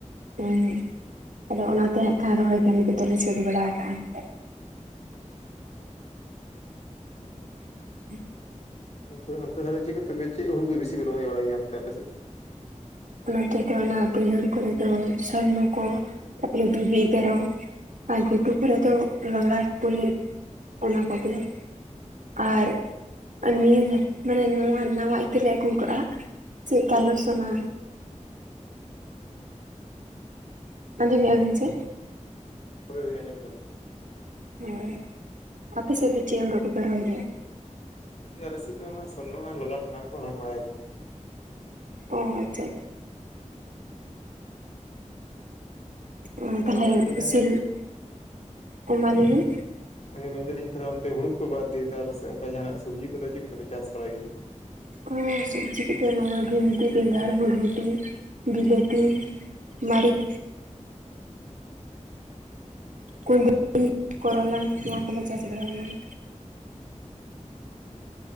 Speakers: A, on the right (about 80°); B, on the left (about 60°).
A: ᱮᱸ ᱦᱮᱸ᱾
B: <unintelligible>
A: ᱟᱫᱚ ᱚᱱᱟᱛᱮ ᱦᱟᱸᱜ ᱠᱷᱟᱱ ᱨᱚᱦᱚᱭ ᱠᱟᱹᱢᱤ ᱠᱚᱫᱚ ᱞᱮ ᱥᱟᱹᱛ ᱵᱟᱲᱟ ᱠᱟᱜ-ᱟ ᱦᱟᱸᱜ ᱠᱷᱟᱡ᱾
B: <unintelligible>
A: <unintelligible>
B: ᱚᱱᱛᱮ ᱚᱱᱛᱮ ᱛᱟᱦᱞᱮ ᱪᱮᱜ ᱠᱚ ᱛᱮ ᱯᱮ ᱪᱮᱜ ᱦᱩᱲᱩ ᱠᱩ ᱵᱤᱥᱤ ᱯᱮ ᱨᱚᱦᱚᱭ ᱵᱟᱲᱟᱭ ᱜᱮᱭᱟ ᱚᱱᱛᱮ ᱟᱯᱮ ᱥᱮᱜ ᱫᱚ᱾
A: ᱱᱚᱛᱮ ᱫᱚ ᱚᱱᱟ ᱵᱟᱹᱭᱦᱟᱹᱲ ᱠᱚᱨᱮ ᱫᱚ ᱥᱚᱨᱱᱚ ᱠᱚ ᱛᱟᱯᱚᱨᱮ ᱵᱤᱵᱤ ᱮᱜᱟᱨᱚ᱾ ᱟᱨ ᱜᱷᱩᱴᱩ ᱠᱚᱨᱮ ᱫᱚ ᱞᱚᱞᱟᱴ ᱵᱩᱞᱮᱴ ᱚᱱᱟ ᱠᱚᱜᱮ᱾ ᱟᱨ᱾ ᱱᱤᱭᱟᱹ ᱢᱟᱱᱮ ᱱᱚᱣᱟ ᱱᱟᱣᱟ ᱤᱛᱟᱹ ᱞᱮ ᱟᱹᱜᱩ ᱠᱟᱜ-ᱟ ᱪᱮᱜ
B: ᱦᱳᱭ
A: ᱠᱟᱞᱳ ᱥᱚᱱᱟ᱾ ᱟᱸᱡᱚᱢᱮᱜ-ᱟ ᱵᱤᱱ ᱥᱮ᱾
B: ᱦᱳᱭ ᱦᱳᱭ ᱟᱸᱡᱚᱢ ᱫᱟᱞᱤᱧ᱾
A: ᱦᱮᱸ ᱟᱯᱮ ᱥᱮᱜ ᱫᱚ ᱪᱮᱜ ᱚᱝᱠᱟ ᱦᱳᱲᱳ ᱠᱚᱯᱮ ᱨᱚᱦᱚᱭ ᱜᱮᱭᱟ᱾
B: ᱟᱞᱮ ᱥᱮᱫ ᱫᱚ ᱚᱱᱟ ᱥᱚᱨᱱᱚ ᱟᱨ ᱞᱚᱞᱟᱴ ᱚᱱᱟ ᱜᱮᱠᱚ ᱨᱚᱦᱚᱭ ᱵᱟᱲᱟᱭᱟ ᱠᱚ᱾
A: ᱚ ᱟᱪᱪᱷᱟ᱾ ᱚ
B: ᱛᱟᱦᱞᱮ
A: ᱛᱟᱦᱚᱞᱮ
B: ᱚᱱᱛᱮ
A: <unintelligible>
B: ᱛᱟᱦᱞᱮ
A: ᱳ ᱢᱟ ᱞᱮᱭᱵᱤᱱ,
B: ᱦᱮᱸ ᱢᱮᱱ ᱫᱟᱞᱤᱧ ᱛᱟᱦᱚᱞᱮ ᱚᱱᱛᱮ ᱦᱩᱲᱩ ᱠᱚ ᱵᱟᱫ ᱫᱤᱭᱮ ᱛᱚ ᱚᱱᱠᱟ ᱡᱟᱦᱟᱱᱟᱜ ᱥᱚᱵᱽᱡᱤ ᱠᱚᱫᱚ ᱪᱮᱫ ᱠᱚᱯᱮ ᱪᱟᱥ ᱵᱟᱲᱟᱭ ᱜᱮᱭᱟ?
A: ᱚᱸ ᱥᱚᱵᱽᱡᱤ ᱠᱚ ᱫᱚ ᱱᱚᱣᱟ ᱵᱷᱤᱱᱴᱤ, ᱵᱮᱸᱜᱟᱲ, ᱵᱷᱚᱨᱵᱚᱴᱤ, ᱵᱤᱞᱟᱹᱛᱤ᱾ ᱢᱟᱹᱨᱤᱪ᱾
B: <inaudible>
A: ᱠᱩᱫᱽᱨᱤ, ᱠᱚᱨᱚᱞᱟ ᱱᱚᱣᱟ ᱠᱚᱞᱮ ᱪᱟᱥ ᱵᱟᱲᱟᱭ ᱜᱮᱭᱟ᱾